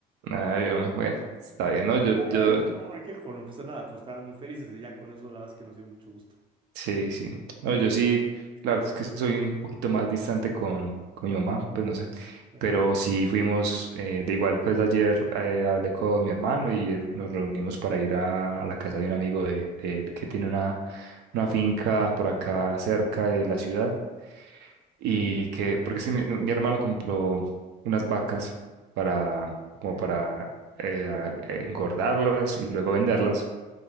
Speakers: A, on the right; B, on the right.
A: ay, hombre, bueno, está bien, ¿no? Yo,
B: Está bien,
A: yo,
B: no, no me quejo, no pasa nada, pero estaban muy felices y ya con eso la verdad es que nos dio mucho gusto.
A: Sí, sí. No, yo sí, la verdad es que soy un poquito más distante con, con mi mamá, pues no sé.
B: Ya,
A: Pero sí fuimos, eh, de igual, pues ayer eh, hablé con mi hermano y eh, nos reunimos para ir a, a la casa de un amigo de, de él que tiene una, una finca por acá cerca de la ciudad. Y que, porque es que mi, mi hermano compró unas vacas para,
B: ok,
A: como para eh, a- engordarlas y luego venderlas.